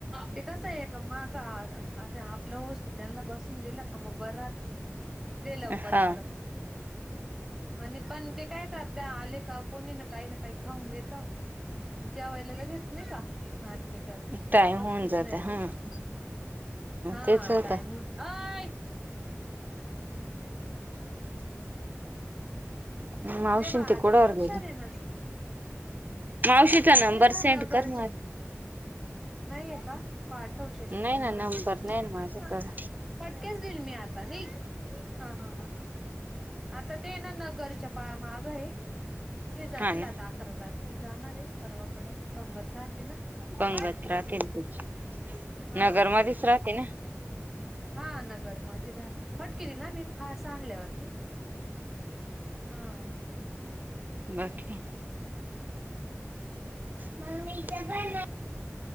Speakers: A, in the centre; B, on the right.
A: ते कसं आहे का माग आ रे आपलं होवूस त्यांना बसून दिलं का मग बर. दे लवकर
B: हा
A: इकडं. आणि पण ते काय करता. आले का कोणी ना काही ना काही खाऊन घेत. मग जेवायला लगेच नाय का नाटके करते.
B: टाइम
A: बस्तीच
B: होऊन जात
A: नाही
B: हम्म
A: लवकर हा
B: तेच होत
A: टाईम. अय.. तेच तर.
B: मावशीन
A: दे बाळा
B: ते कुडावर
A: देे. हुशार
B: गेले
A: आहे ना तू?
B: मावशीचा
A: आत्या ना
B: नंबर
A: ते
B: सेंड
A: नगरच्या
B: कर मला
A: नाहीये का पाठवते मी
B: नाही
A: तुम्हांला.
B: ना नंबर नाही ना माझ्याकडं
A: फटकेच देईल मी आता निघ. हा हा. आता ते ना नगरच्या पहा माग आहे. हे जातील
B: हा ना
A: आता अकरा तारखेला जाणार आहे. परवाकडं पंगत राहते ना.
B: पंगत
A: हड
B: राहतील तुझी.
A: हा
B: नगरमध्येच राहते ना?
A: हा नगर मध्ये राहते. फटके देईल न ह मी सांडल्या वरती. हा.
B: बाकी? मग मी इथ पण.